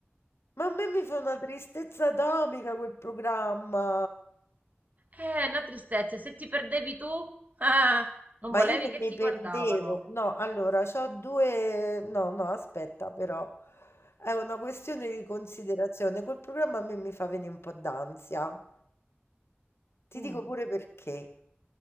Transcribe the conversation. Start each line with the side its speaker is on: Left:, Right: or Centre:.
Left: Ma a me mi fa una tristezza atomica quel programma.
Right: Eh, una tristezza, se ti perdevi tu, <laughs> ah, non
Left: Ma
Right: volevi
Left: io non
Right: che
Left: mi
Right: ti
Left: perdevo.
Right: guardavano.
Left: No, allora, c'ho due... No, no, aspetta, però. È una questione di considerazione. Quel programma a me mi fa venire un po' d'ansia. Ti
Right: Mm,
Left: dico pure perché.